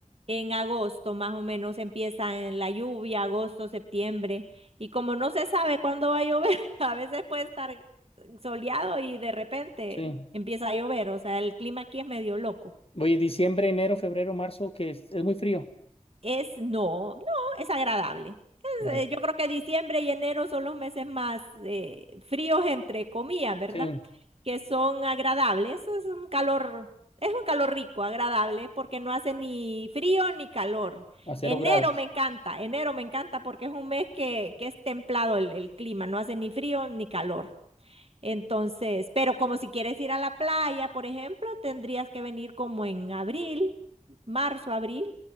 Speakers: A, on the right; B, on the left.
A: En agosto más o menos empieza en la lluvia, agosto, septiembre. Y como no se sabe cuándo va a llover, <laughs> a veces puede estar soleado y de repente
B: sí.
A: empieza a llover. O sea, el clima aquí es medio loco.
B: Oye, diciembre, enero, febrero, marzo, que es, es muy frío.
A: Es, no, no, es agradable.
B: Ya.
A: Es, eh, yo creo que diciembre y enero son los meses más eh, fríos, entre comillas, ¿verdad?
B: Sí,
A: Que son agradables. Es un calor, es un calor rico, agradable, porque no hace ni frío ni calor.
B: a cero
A: Enero
B: grados,
A: me encanta, enero me encanta porque es un mes que, que es templado el, el clima, no hace ni frío ni calor. Entonces, pero como si quieres ir a la playa, por ejemplo, tendrías que venir como en abril, marzo, abril